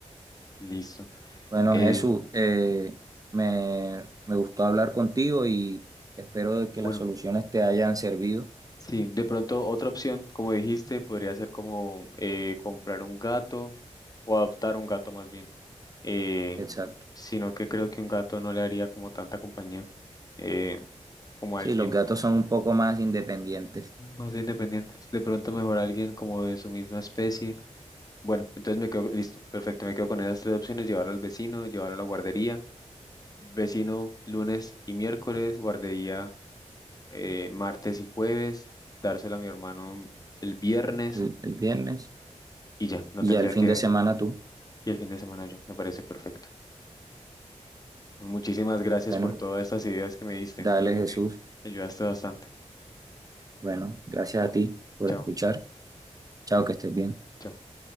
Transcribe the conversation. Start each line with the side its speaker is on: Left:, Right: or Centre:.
Left: Listo.
Right: Bueno,
Left: Eh,
Right: Jesús, eh, me, me gustó hablar contigo y espero de que
Left: bueno.
Right: las soluciones te hayan servido.
Left: Sí, de pronto otra opción, como dijiste, podría ser como eh, comprar un gato o adoptar un gato más bien, eh,
Right: Exacto.
Left: sino que creo que un gato no le haría como tanta compañía eh, como alguien
Right: Sí, los gatos son un poco más independientes
Left: más independiente. De pronto mejor alguien como de su misma especie. Bueno, entonces me quedo listo, perfecto, me quedo con esas tres opciones, llevarlo al vecino, llevarlo a la guardería, vecino lunes y miércoles, guardería eh, martes y jueves, dárselo a mi hermano el viernes
Right: el, el viernes
Left: Y ya, no
Right: y
Left: tendría
Right: ya el fin
Left: que...
Right: de semana tú.
Left: Y el fin de semana yo, me parece perfecto. Pues Muchísimas gracias
Right: Bueno,
Left: por todas estas ideas que me diste.
Right: dale,
Left: Creo que
Right: Jesús.
Left: me ayudaste bastante.
Right: Bueno, gracias a ti por
Left: Chao.
Right: escuchar. Chao, que estés bien.
Left: Chao.